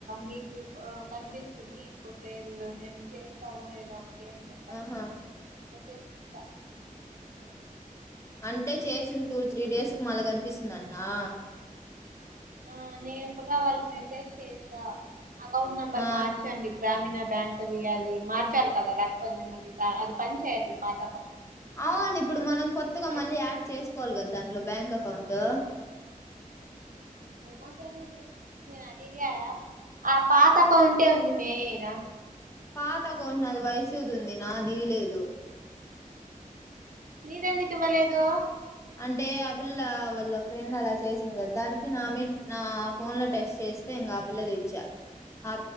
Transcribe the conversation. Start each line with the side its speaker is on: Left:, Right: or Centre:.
Right: మీకు ఆ కన్పిస్తుంది, ఇప్పుడు లేదు. మేము చేస్తాము ఏదో ఒకట్ ఏం చెప్పారు.
Left: ఆహా
Right: అయితే చూసా. ఆహా.
Left: అంటే? చేసిన్ టూ, త్రీ డేస్ కు మళ్ళ కనిపిస్తుందంటనా?
Right: ఆ నేను కూడా వాళ్ళకి మెసేజ్ చేసా అకౌంట్ నెంబర్
Left: ఆ
Right: మార్చండి ఇటు గ్రామీణ బ్యాంక్ది అది మార్చాలి కదా లేకపోతే మళ్ళీ ఇక అది పనిచేయట్లేదు మాట
Left: అవును ఇప్పుడు మనం కొత్తగా
Right: మెస్
Left: మళ్ళీ యాడ్ చేసుకోవాలి కదా దాంట్లో బ్యాంక్ అకౌంటు
Right: ఏమో తెలీదు నేను యాడ్ చెయ్యాయా ఆ పాత అకౌంటే ఉంది మేద
Left: పాత అకౌంట్ నాది వైషూ ది ఉంది నాది లేదు
Right: నీదెందుకు ఇవ్వలేదు
Left: అంటే ఆ పిల్ల వాళ్ళ ఫ్రెండ్ అలా చేసంది కదా, దానికి నామీ నా ఫోన్ లో టెస్ట్ చేస్తే ఇంకా పిల్లది ఇచ్చా. ఆ